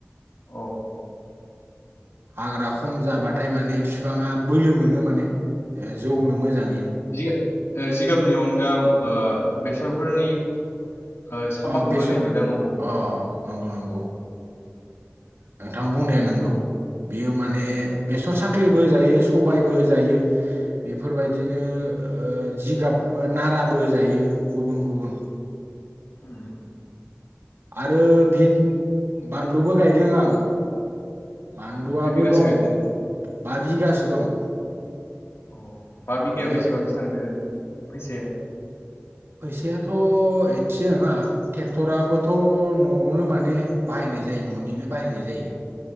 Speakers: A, on the left; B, on the right.
A: अ।
B: हाग्रा खम जाबाथाय माने फिफाङा बोलो मोनो माने जौनो मोजाङै।
A: जि ओ जिगाबनि अनगा ओ बेसरफोरनि ओ साबबाखोबो
B: अ बेसर
A: होनाय नुदों आं अबावबा।
B: अ नंगौ नंगौ नोंथां बुंनाया नंगौ बियो माने
A: उम
B: बेसर साख्लिबो होजायो सबायबो होजायो बेफोरबायदिनो ओ जिगाब ओ नाराबो होजायो गुबुन गुबुन।
A: ओम।
B: आरो भिन बानलुबो गायदों आं। बानलुआबो
A: अ खै बिगासो
B: दं
A: गायदो ओरैनो
B: बा बिगासो दं।
A: अ बा बिगायाव
B: बे
A: बेसेबांसो थांदो ओरैनो फैसाया?
B: फैसायाथ' एसे नोंङा। ट्रेक्टराबोथ' न'आवनो माने बाहायनाय जायो न'निनो बाहायनाय जायो।